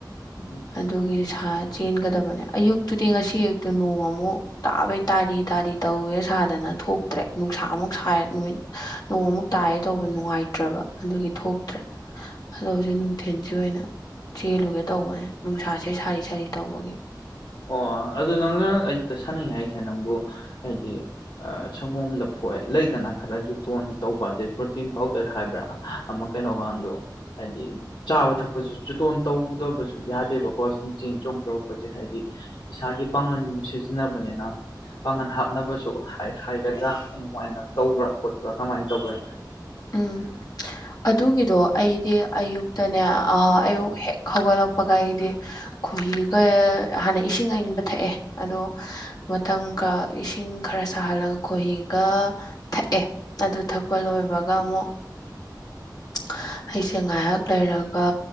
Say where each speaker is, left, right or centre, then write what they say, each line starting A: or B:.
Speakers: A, on the left; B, on the left.
A: <unintelligible>
B: ꯑꯗꯨꯒꯤ ꯁꯥ ꯆꯦꯟꯒꯗꯕꯅꯦ ꯑꯌꯨꯛꯇꯨꯗꯤ ꯉꯁꯤ ꯑꯌꯨꯛꯇꯨ ꯅꯣꯡ ꯑꯃꯨꯛ ꯇꯥꯕꯩ ꯇꯥꯔꯤ ꯇꯥꯔꯤ ꯇꯧꯋꯦ ꯁꯥꯗꯅ ꯊꯣꯛꯇ꯭ꯔꯦ ꯅꯨꯡꯁꯥꯃꯨꯛ ꯁꯥꯏ ꯅꯨꯃꯤꯠ ꯅꯣꯡ ꯑꯃꯨꯛ ꯇꯥꯏꯌꯦ ꯇꯧꯕꯗ ꯅꯨꯡꯉꯥꯏꯇ꯭ꯔꯕ ꯑꯗꯨꯒꯤ ꯊꯣꯛꯇ꯭ꯔꯦ ꯑꯗꯣ ꯍꯧꯖꯤꯛ ꯅꯨꯡ ꯊꯤꯟꯁꯤ ꯑꯣꯏꯅ ꯆꯦꯜꯂꯨꯒꯦ ꯇꯧꯕꯅꯦ ꯅꯨꯡꯁꯥꯁꯦ ꯁꯥꯔꯤ ꯁꯥꯔꯤ ꯇꯧꯕꯒꯤ꯫
A: ꯑꯣ ꯑꯗꯨ ꯅꯪꯅ ꯑꯌꯨꯛꯇ ꯁꯥꯟꯅꯩ ꯍꯥꯏꯁꯦ ꯅꯪꯕꯨ ꯍꯥꯏꯗꯤ ꯑꯥ ꯁꯪꯒꯣꯝ ꯂꯐꯣꯏ ꯂꯩꯗꯅ ꯈꯔ ꯖꯨꯇꯣꯟ ꯇꯧꯕ ꯑꯗꯩ ꯄ꯭ꯔꯣꯇꯤꯟ ꯄꯥꯎꯗꯔ ꯍꯥꯏꯕ꯭ꯔꯥ ꯑꯃ ꯀꯩꯅꯣꯀꯥꯟꯗꯣ ꯍꯥꯏꯗꯤ ꯆꯥꯕ ꯊꯛꯄꯁꯨ ꯖꯨꯇꯣꯟ ꯇꯧꯗꯕꯁꯨ ꯌꯥꯗꯦꯕꯀꯣ ꯁꯨꯝ ꯆꯦꯟ ꯆꯣꯡ ꯇꯧꯔꯛꯄꯖꯦ ꯍꯥꯏꯗꯤ ꯏꯁꯥꯒꯤ ꯄꯥꯡꯒꯟ ꯁꯤꯖꯟꯅꯕꯅꯦꯅ꯫ ꯄꯥꯒꯟ ꯍꯥꯞꯅꯕꯁꯨ ꯍꯥꯏ ꯍꯥꯏꯒꯗ꯭ꯔꯥ ꯑꯗꯨꯃꯥꯏꯅ ꯇꯧꯕ꯭ꯔꯥ ꯈꯣꯠꯄ꯭ꯔ ꯀꯃꯥꯏꯟ ꯇꯧꯒꯦ꯫
B: ꯎꯝ꯫ ꯑꯗꯨꯒꯤꯗꯣ ꯑꯩꯗꯤ ꯑꯌꯨꯛꯇꯅꯦ ꯑꯥ ꯑꯌꯨꯛ ꯍꯦꯛ ꯍꯧꯒꯠꯂꯛꯄꯒ ꯑꯩꯗꯤ ꯈꯨꯍꯤꯒ ꯍꯥꯟꯅ ꯏꯁꯤꯡ ꯑꯏꯪꯕ ꯊꯛꯑꯦ ꯑꯗꯣ ꯃꯊꯪꯒ ꯏꯁꯤꯡ ꯈꯔ ꯁꯥꯍꯜꯂꯒ ꯈꯣꯍꯤꯒ ꯊꯛꯑꯦ ꯑꯗꯨ ꯊꯛꯄ ꯂꯣꯏꯕꯒ ꯑꯃꯨꯛ <unintelligible> ꯑꯩꯁꯦ ꯉꯥꯏꯍꯥꯛ ꯂꯩꯔꯒ